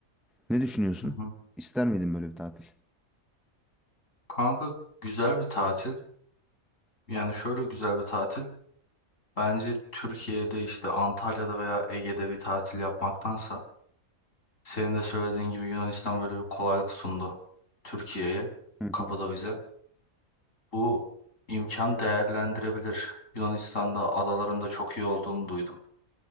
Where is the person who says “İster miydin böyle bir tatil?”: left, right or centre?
Centre